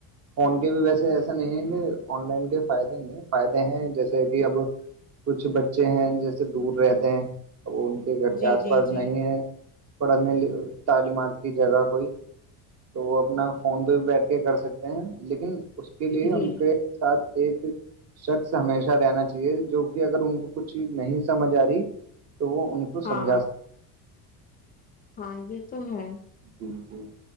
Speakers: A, on the right; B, on the left.
A: فون کے بھی ویسے ایسا نہیں ہے کہ آن لائن کے فائدے نہیں ہے فائدے ہیں جیسے کہ اب کچھ بچے ہیں جیسے دور رہتے ہیں ا وہ ان کے گھر کے
B: جی
A: آس
B: جی
A: پاس
B: جی
A: نہیں ہے پڑھانے تعلیمات کی جگہ کوئی تو وہ اپنا فون پہ بھی بیٹھ کے کر سکتے ہیں لیکن اس کے لیے
B: جی
A: ان کے ساتھ ایک شخص ہمیشہ رہنا چاہیے جو کہ اگر ان کو کچھ چیز نہیں سمجھ آ رہی تو وہ ان کو
B: ہاں
A: سمجھا سکتے
B: ہاں یہ تو ہے
A: جی جی